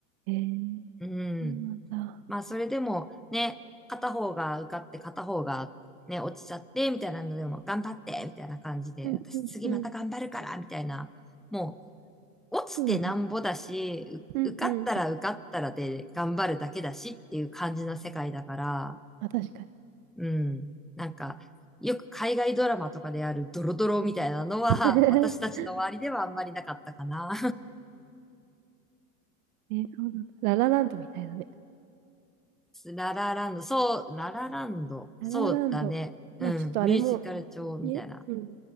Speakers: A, on the right; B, in the centre.
A: えー、
B: うん。
A: そうなんだ。
B: まあ、それでもね、片方が受かって片方がね、落ちちゃってみたいなのでも、頑張ってみたいな感じで、
A: うんうんうん。
B: 私次また頑張るからみたいな。もう、落ちてなんぼだし、
A: そうだね。うんうん。
B: う受かったら受かったらで頑張るだけだしっていう感じな世界だから、
A: あ、確かに。
B: うん。なんか、よく海外ドラマとかであるドロドロみたいなのは、
A: <laughs>
B: 私たちの周りではあんまりなかったかな。
A: えー、そうなんだ。ララランドみたいなね。
B: ララランド、そう、ララランド、そうだね。
A: ララランド。
B: うん、
A: まあちょっとあれも、
B: ミュージカル調みたいな。
A: ね、うん。す